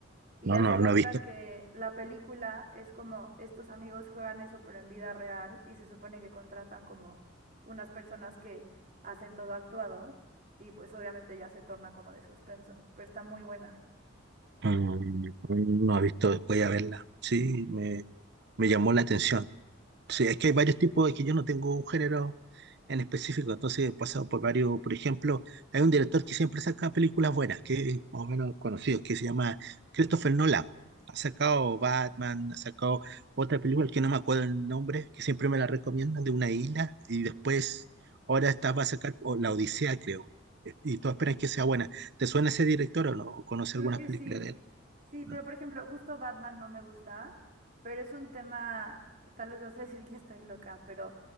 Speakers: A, on the right; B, on the right.
A: Y
B: No,
A: hace
B: no,
A: cuenta
B: no he visto.
A: que la película es como estos amigos juegan eso pero en vida real y se supone que contratan como unas personas que hacen todo actuado y pues obviamente ya se torna como de suspenso, pero está muy buena.
B: Mm, No he visto después de verla. Sí, me, me llamó la atención. Sí, es que hay varios tipos, es que yo no tengo un género en específico, entonces he pasado por varios, por ejemplo, hay un director que siempre saca películas buenas, que es más o menos conocido, que se llama Christopher Nolan. Ha sacado Batman, ha sacado otra película que no me acuerdo el nombre, que siempre me la recomiendan, de una isla, y después, ahora está, va a sacar o, La Odisea, creo, y todos esperan que sea buena. ¿Te suena ese director o no? ¿O conoce
A: Creo
B: algunas
A: que
B: películas
A: sí.
B: de él?
A: Sí, pero
B: Mm,
A: por ejemplo, justo Batman no me gusta, pero es un tema, tal vez vas a decir que estoy loca, pero